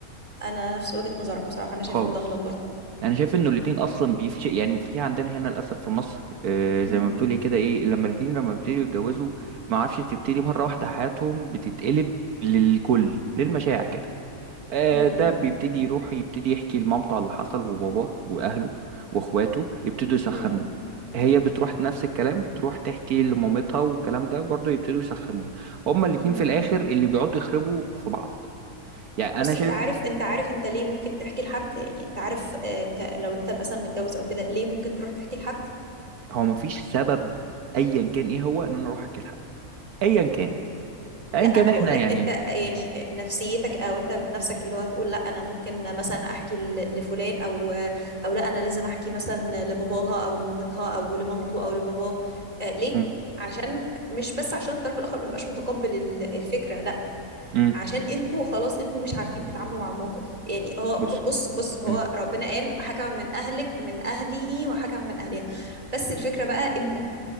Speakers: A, on the right (about 25°); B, on the right (about 80°).
A: انا نفس وجهة نظرك بصراحة انا شايفة
B: خالص
A: ان ده غلط برضه
B: انا شايف انه الاتنين اصلا بيفش يعني في عندنا هنا للاسف في مصر آه،
A: امم
B: زي ما بتقولي كده ايه لما الاتنين لما بيبتدوا يتجوزوا ما عارفش تبتدي مره واحده حياتهم بتتقلب للكل للمشاع كده آه،
A: امم
B: ده بيبتدي يروح يبتدي يحكي لمامته على اللي حصل وباباه واهله واخواته يبتدوا يسخنوه
A: امم
B: هي بتروح نفس الكلام تروح تحكي لمامتها والكلام ده برضه يبتدوا يسخنوها هما الاتنين
A: امم
B: في الاخر اللي بيقعدوا يخربوا في بعض يعني
A: بص
B: انا شايف
A: انت عارف انت عارف انت ليه ممكن تحكي لحد يعني انت عارف آه، ك... لو انت مثلا متجوز او كده ليه ممكن تروح تحكي لحد
B: هو مفيش سبب ايا كان ايه هو ان انا اروح احكي لحد ايا كان ايا
A: لا انا
B: كان احنا
A: بقول لك
B: يعني
A: انت يعني نفسيتك او انت من نفسك اللي هو تقول لا انا ممكن مثلا احكي ل- لفلان او او لا انا لازم احكي مثلا لباباها او لمامتها او لمامته او لباباه آه ليه
B: مم.
A: عشان مش بس عشان الطرف الاخر ما بيبقاش متقبل ال- الفكره لا
B: مم.
A: عشان انتوا خلاص انتوا مش عارفين تتعاملوا مع الموقف يعني هو
B: بص
A: ب- بص بص هو
B: مم.
A: ربنا قال حكم من اهلك من اهله وحكم من اهلها بس الفكره بقى امتى